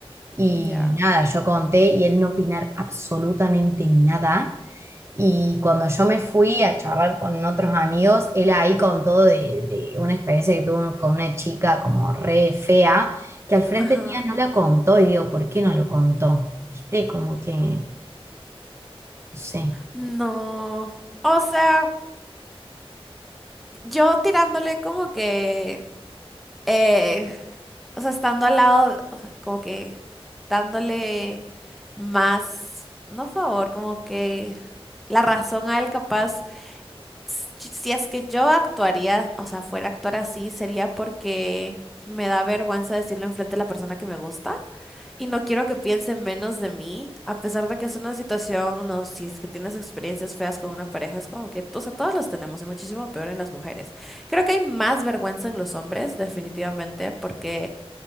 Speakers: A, on the right; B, in the centre.
A: y
B: ya,
A: nada, yo conté y él no opinar absolutamente nada. Y cuando yo me fui a charlar con otros amigos, él ahí contó de, de una experiencia que tuvo con una chica como re fea, que al frente
B: ajá,
A: mía no la contó. Y digo, ¿por qué no lo contó? ¿Viste? Como que, no sé.
B: no, o sea, yo tirándole como que, eh, o sea, estando al lado, o sea, como que dándole más, no favor, como que la razón a él capaz. Si si es que yo actuaría, o sea, fuera a actuar así, sería porque me da vergüenza decirlo enfrente de la persona que me gusta y no quiero que piense menos de mí, a pesar de que es una situación, no, si es que tienes experiencias feas con una pareja, es como que, o sea, todos los tenemos y muchísimo peor en las mujeres. Creo que hay más vergüenza en los hombres, definitivamente, porque